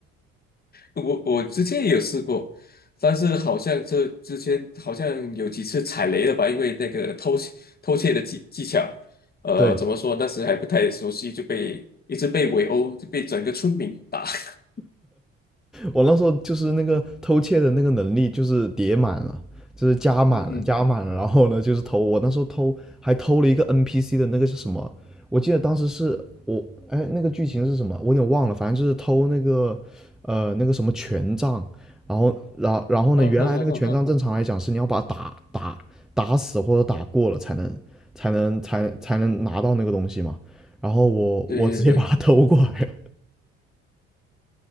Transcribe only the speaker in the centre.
对，
我那时候就是那个偷窃的那个能力就是叠满了，就是加满了，
加满了。然后呢，就是偷，我那时候偷还偷了一个 NPC 的那个是什么？我记得当时是我哎，那个剧情是什么？我有点忘了，反正就是偷那个呃那个什么权杖，然后然然后呢，
原来那个权杖正常来讲是你要把它打打打死或者打过了才能才能才才能拿到那个东西嘛。然后我我直接把它偷过来了，